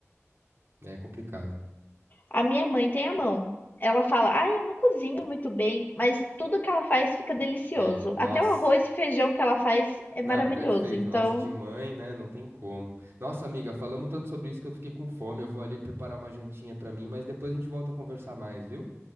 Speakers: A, on the right; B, on the left.
A: É complicado.
B: A minha mãe tem a mão. Ela fala: "Ah, eu não cozinho muito bem", mas tudo que ela faz fica delicioso.
A: É, nossa.
B: Até o arroz e feijão que ela faz é
A: Não,
B: maravilhoso.
A: perfeito.
B: Então,
A: Nossa, de mãe, né? Não tem como. Nossa, amiga, falamos tanto sobre isso que eu fiquei com fome. Eu vou ali preparar uma jantinha pra mim, mas depois a gente volta a conversar mais, viu?